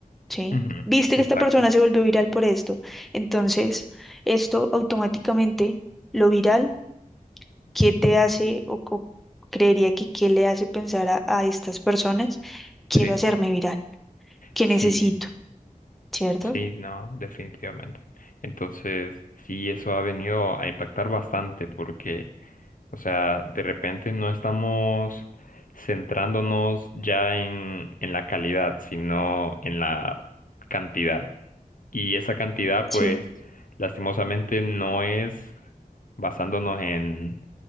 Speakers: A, in the centre; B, on the left.
A: ¿sí?
B: Ujú.
A: Viste que
B: Exacto.
A: esta persona se volvió viral por esto. Entonces, esto automáticamente, lo viral, ¿qué te hace o, o creería que qué le hace pensar a, a estas personas? Quiero
B: Sí,
A: hacerme viral, ¿qué
B: sí,
A: necesito? ¿Cierto?
B: sí, no, definitivamente. Entonces, sí, eso ha venido a impactar bastante porque O sea, de repente no estamos centrándonos ya en, en la calidad, sino en la cantidad. Y esa cantidad,
A: Sí,
B: pues, lastimosamente no es basándonos en,